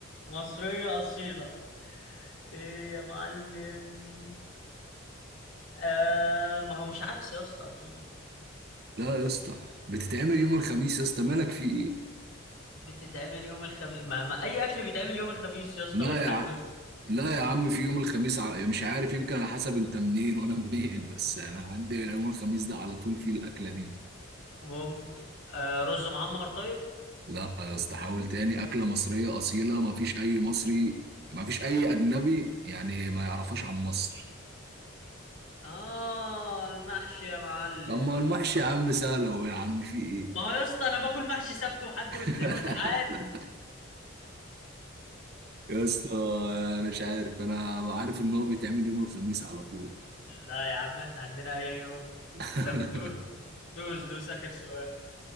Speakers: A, on the left (about 75°); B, on the right (about 50°).
A: مصرية أصيلة إيه يا معلم آه ما هو مش عدس يا اسطى أكيد
B: لا يا اسطى بتتعمل يوم الخميس يا اسطى مالك في ايه
A: بتتعمل يوم الخميس ما, ما أي أكل بيتعمل يوم الخميس يا اسطى
B: لا
A: والحد
B: يا عم
A: والس-
B: لا يا عم في يوم الخميس ع- مش عارف يمكن على حسب انت منين وانا <laughs> منين بس انا عندي يوم الخميس ده على طول فيه الاكله دي
A: ممكن آه رز معمر طيب
B: لا يا اسطى حاول تاني اكله مصريه اصيله ما فيش اي مصري ما فيش اي اجنبي يعني ما يعرفهاش عن مصر
A: اه المحشي يا معلم
B: اما المحشي يا عم سهل اهو يا عم في ايه
A: ما هو يا اسطى انا باكل محشي سبت وحد
B: <laughs>
A: واثنين وت- عادي
B: يا اسطى انا مش عارف انا عارف ان هو بيتعمل يوم الخميس على طول
A: لا يا عم احنا عندنا اي يوم
B: <laughs>
A: طب دوس دوس دوس اخر سؤال